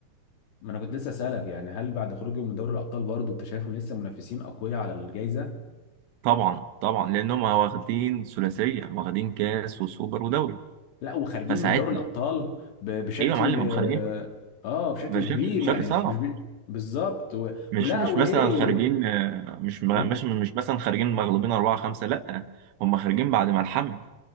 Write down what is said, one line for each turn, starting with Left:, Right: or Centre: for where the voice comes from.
Left: ما انا كنت لسه اسالك يعني هل بعد خروجهم من دوري الابطال برضه انت شايفهم لسه منافسين اقوياء على الجائزه
Right: طبعا طبعا لان هم واخدين ثلاثيه واخدين كاس وسوبر ودوري
Left: لا وخارجين
Right: فساعتها
Left: من دوري الابطال ب- بشكل
Right: ايوه يا معلم هم خارجين
Left: اه بشكل
Right: بشكل
Left: كبير
Right: بشكل
Left: يعني
Right: صعب
Left: مش مش بي- بالظبط و...
Right: مش
Left: ولا
Right: مش
Left: وايه
Right: مثلا خارجين
Left: و...
Right: آه، مش م-
Left: و...
Right: مش مش مثلا خارجين مغلوبين أربعة خمسة لأ هم خارجين بعد ملحمة